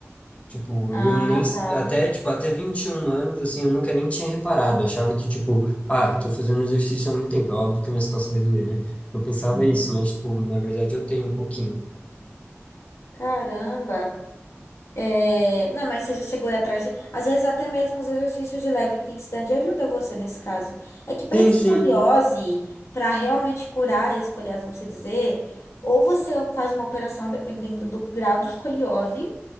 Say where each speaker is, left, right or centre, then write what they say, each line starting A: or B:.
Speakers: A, on the left; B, on the left.
A: Tipo,
B: Ah,
A: eu nem, se-
B: tá.
A: até, tipo, até 21 anos, assim, eu nunca nem tinha reparado. Eu achava que, tipo, ah, eu tô fazendo exercício há muito tempo, é óbvio que minhas costas vai doer, né? Eu pensava
B: Sim.
A: isso, mas, tipo, na verdade eu tenho um pouquinho.
B: Caramba. É, não, mas você já chegou aí atrás. de- Às vezes, até mesmo os exercícios de leve intensidade ajuda você nesse caso. É que
A: Sim,
B: para escoliose,
A: sim.
B: para realmente curar a escoliose, vamos se dizer, ou você faz uma operação dependendo do grau de escoliose,